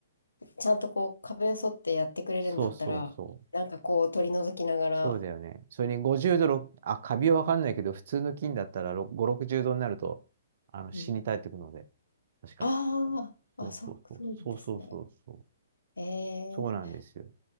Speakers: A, on the left; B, on the right.
A: う、ちゃんとこう、壁を沿ってやってくれるんだったら、
B: そうそうそう。
A: なんかこう、取り除きながら、
B: そうだよね。それに50度、ろくあ、カビはわかんないけど、普通の菌だったらろ5、60度になると、あの、死に絶えてくので、
A: うん。
B: 確か。
A: ああ、
B: そうそうそう。
A: あ、そう、そうなんですね。
B: そうそうそうそう。
A: え
B: そうなんですよ。
A: ー